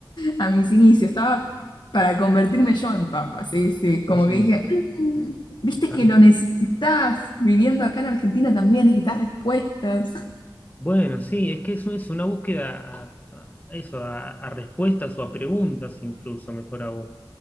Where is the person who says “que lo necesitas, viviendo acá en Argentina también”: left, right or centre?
Left